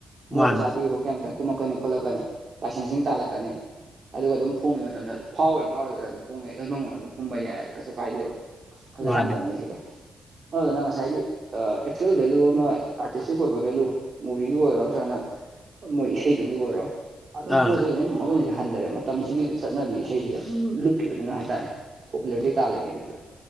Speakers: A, on the right; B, in the centre.
A: ꯃꯣꯏ
B: ꯃꯥꯅꯦ
A: ꯄꯩꯁꯥ ꯄꯤꯒꯦ ꯈꯣꯠꯀꯦ ꯍꯥꯏꯕ ꯃꯥꯇꯝ ꯀꯨꯝꯃꯛꯛꯀꯅꯤ ꯈꯣꯠꯂꯛꯀꯅꯤ ꯀꯨꯝꯃꯛꯅꯤ ꯈꯣꯠꯂꯀꯅꯤ ꯂꯥꯏꯁꯦꯟꯁꯁꯤꯡ ꯇꯥꯜꯂꯛꯀꯅꯤ ꯑꯗꯨꯒ ꯑꯗꯨꯝ ꯐꯣꯡꯒꯤ ꯃꯇꯝꯗ ꯐꯥꯎꯒꯦꯔꯥ ꯐꯥꯎꯔꯣꯏꯒꯦꯔꯥ ꯑꯗꯨꯝ ꯀꯨꯝꯃꯦ ꯑꯥꯜꯕꯨꯝ ꯑꯃ ꯑꯗꯨꯝ ꯀꯨꯝꯕ ꯌꯥꯏꯑꯦꯕ ꯀꯩꯁꯨ ꯀꯥꯏꯗꯦꯕ ꯍꯧꯖꯤꯛꯀꯥꯟ
B: ꯃꯥꯅꯦ
A: ꯇꯧꯅꯩꯁꯤꯀꯣ ꯑꯗꯨꯗꯨꯅ ꯉꯁꯥꯏꯒꯤ ꯑꯦꯛꯆꯨꯋꯦꯜ ꯚꯦꯂꯨ ꯑꯃ ꯑꯥꯔꯇꯤꯁꯇꯤꯛ ꯑꯣꯏꯕ ꯚꯦꯂꯨ ꯃꯨꯕꯤꯒꯤ ꯑꯣꯏꯔꯣ ꯅꯠꯇ꯭ꯔꯒꯅ ꯃꯣꯏ ꯏꯁꯩꯗꯨꯒꯤ ꯑꯣꯏꯔꯣ ꯑꯗꯨꯝ
B: ꯑꯥ
A: ꯄꯣꯠꯁꯦ ꯑꯗꯨꯝ ꯃꯒꯨꯟꯁꯦ ꯍꯟꯊꯔꯦ ꯃꯇꯝꯁꯤꯒꯤ ꯆꯠꯅꯕꯤ ꯏꯁꯩꯁꯤꯗ ꯂꯨꯞ ꯈꯤꯕꯗꯨꯅ ꯍꯥꯏꯇꯥꯔꯦ ꯄꯣꯄꯨꯂꯔꯤꯇꯤ ꯇꯥꯜꯂꯤꯉꯩꯗꯨꯗ